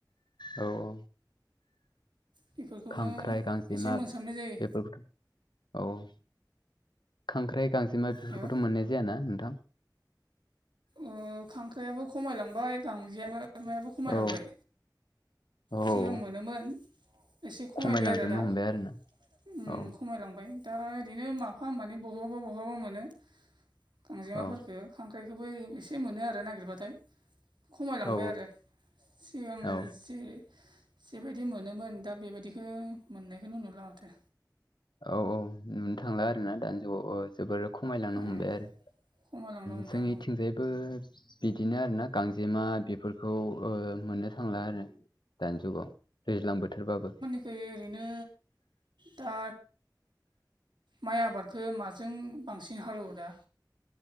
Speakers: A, on the left; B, on the right.
A: औ औ
B: बेफोरखौनो
A: खांख्राइ गांजेमा
B: एसे मोनसाबनाय जायो
A: बेफोरखौ औ खांख्राइ गांजेमा बेफोरखौथ'
B: हो
A: मोननाय जायाना नोंथां?
B: ओ खांख्राइयाबो खमायलांबाय गांजेयमायाबो खमायलांबाय।
A: औ औ
B: सिगां मोनोमोन एसे खमायबाय
A: खमायलांजोबनो
B: आरो दा।
A: हमबाय आरोना
B: उम
A: औ
B: उम खमायलांबाय दा ओरैनो माफा मानै बहाबा बहाबा मोनो गांजेमाफोरखो
A: औ
B: खांख्राइ बेखौबो एसे मोनो आरो नागिरबाथाय। खमायलांबाय
A: औ
B: आरो सिगां
A: औ
B: जि बायदि मोनोमोन दा बेबायदिखौ मोननायखौनो नुला माथो
A: औ औ नुनो थांला आरो ना दानि जुआव औ जोबोर खमायलांनो
B: उम
A: हमबाय आरो
B: खमायलांनो हमदों
A: जोंनिथिंजायबो बिदिनो आरो ना गांजेमा बेफोरखौ ओ मोननो थांला आरो दानि जुगाव दैज्लां बोथोरबाबो
B: गैयो ओरैनो दा माइ आबादखो माजों बांसिन हालेवो दा